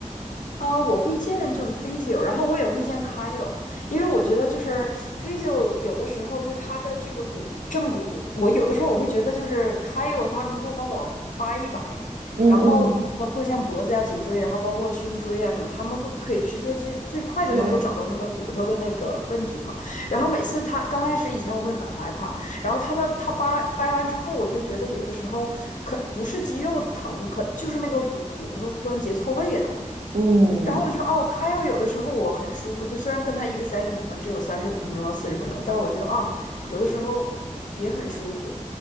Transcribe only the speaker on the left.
啊、我会见就是 p h y i o 然后我也会见 Kyle，因为我觉得就是 p h y i o 有的时候就是他的这个骨正骨，我有的时候我会觉得就是 Kyle 他能够帮我掰一掰，
然后包括像脖子呀、颈椎，然后包括胸椎啊什么，他们会可以直接最最快的能够找到那个骨头的那个问题嘛。
然后每次他刚开始以前我会很害怕，然后他们他掰掰完之后，我就觉得有的时候可不是肌肉疼，可就是那个骨骨头关节错位了。
然后我就哦 k y 有的时候我很舒服，就虽然跟他一个 session 可能只有三十五分钟到四十分钟，但是我觉得哦，有的时候也很舒服，